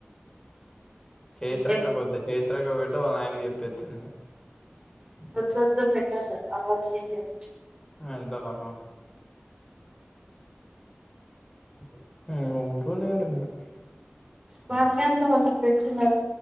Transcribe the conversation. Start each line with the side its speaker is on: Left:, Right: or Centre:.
Left: చైత్రక్క
Right: అంటే
Left: కొద్దు చైత్రక్క పేడ్ తె వళ్ళ ఆయనకుప్పేత్తది
Right: వద్దు వద్దు పెట్టద్దు అవి అన్ని ఎందీ రా
Left: మెంటల్ హా ఉహ్ ఎవరు లేరు ఇంగా
Right: బాబీ గానీతో వాళ్ల ఫ్రెండ్స్ ఉన్నారు